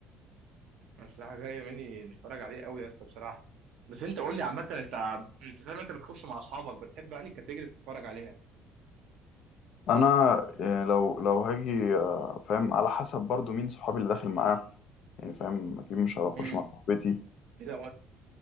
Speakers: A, on the right (about 70°); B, on the left (about 60°).
A: أنا بصراحه جاي مني نتفرج عليه قوي يا اسطى بصراحه بس انت قول لي عامه انت انت فاهم انت بتخش مع اصحابك بتحب يعني كاتيجوري تتفرج عليها
B: انا يعني لو لو هاجي آه، فاهم على حسب برضو مين صحابي اللي داخل معاه يعني فاهم اكيد مش هخش
A: امم
B: مع صاحبتي
A: ايه ده